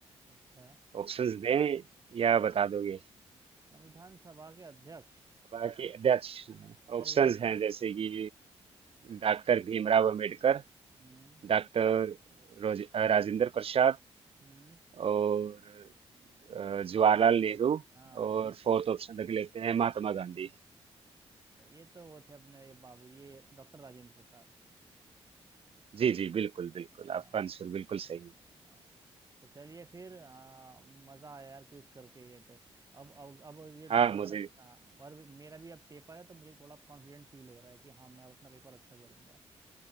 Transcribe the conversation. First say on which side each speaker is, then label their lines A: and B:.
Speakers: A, on the right; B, on the right.
A: अच्छा
B: ऑप्शंस दें या बता दोगे
A: संविधान सभा के अध्यक्ष
B: सभा के अध्यक्ष
A: प्रेसिडेंट
B: ऑप्शंस हैं
A: ऑफ
B: जैसे कि डॉक्टर भीमराव अंबेडकर
A: हम्म
B: डॉक्टर रोज- अ, राजेंद्र प्रसाद
A: हम्म
B: और अ, जवाहरलाल नेहरू
A: हाँ
B: और
A: जी अच्छा,
B: फोर्थ ऑप्शन रख लेते हैं महात्मा गांधी
A: ये तो वो थे अपने ये बाबू ये डॉक्टर राजेंद्र प्रसाद
B: जी जी बिल्कुल बिल्कुल
A: हाँ
B: आपका आंसर बिल्कुल सही है
A: हाँ तो चलिए फिर आ, मजा आया यार क्विज करके ये तो अब अब अब ये दो-
B: हाँ
A: दोबारा
B: मुझे
A: से- हाँ, और भी- मेरा भी अब पेपर है तो मुझे थोड़ा कॉन्फिडेंट फील हो रहा है कि हाँ मैं अपना पेपर अच्छा करूंगा